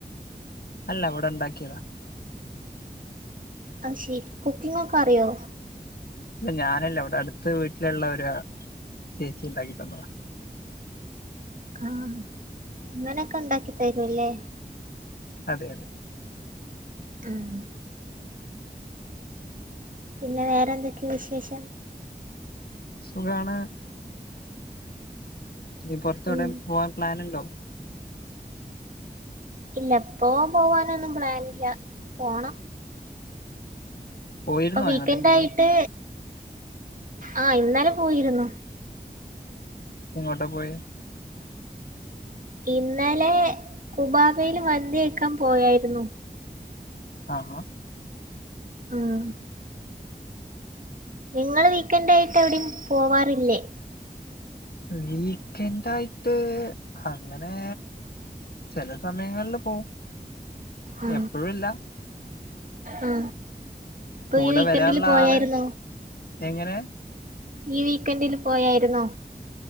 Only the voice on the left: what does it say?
അല്ല ഇവടെ ണ്ടാക്കിയതാ
ല്ല ഞാനല്ല, ഇവിടെ അടുത്ത വീട്ടിലുള്ള ഒരു ചേച്ചിണ്ടാക്കി തന്നതാ
അതെ അതെ
സുഖാണ്. ഇനി പുറത്തവിടെ
പോവാൻ പ്ലാൻ ഉണ്ടോ?
പോയിരുന്നോ
എങ്ങോട്ടെങ്കിലും
ഇങ്ങോട്ടാ പോയോ?
ആഹ് ആഹ്
വീക്കെൻഡ് ആയിട്ട് അങ്ങനെ ചില സമയങ്ങളിൽ പോവും.
എപ്പോഴില്ല
കൂടെ
വരാനുള്ള
ആള് എങ്ങനെ